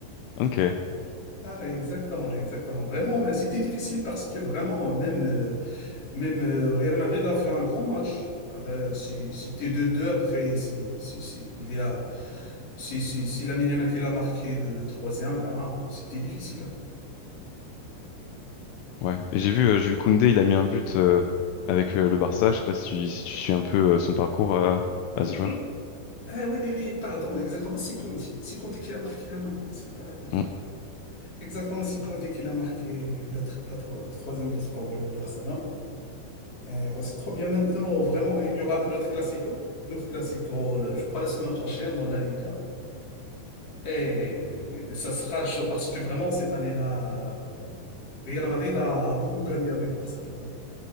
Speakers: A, on the left; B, on the left.
A: Ok.
B: Ah, exactement, exactement. Vraiment, mais c'était difficile parce que vraiment, même, euh, même euh, Real Madrid a fait un grand match. Après, si, si t'es deux 2 après, si, si, si, il y a, si, si, si Lamine Yamal qui l'a marqué le, le troisième, vraiment, c'était difficile. hein.
A: Ouais. Et j'ai vu euh, Jules Koundé, il a mis un but euh, avec euh, le Barça. Je sais pas si tu, si tu suis un peu euh, son parcours euh, à ce joueur.
B: Oui, ah, oui, oui, oui, pardon, exactement, c'est Kondi. C'est Kondi qui a marqué, ah non, c'est pas...
A: Hmm,
B: Exactement, c'est Kondi qui l'a marqué le, tr- la tro- le troisième but pour le Barça, Euh, ouais, c'est trop bien maintenant. Vraiment, il y aura un autre classico. Un autre classico, le- je crois, la semaine prochaine dans la Liga. Et, et ça sera chaud parce que vraiment, cette année-là, Real Madrid a beaucoup gagné avec Barcelone. hein.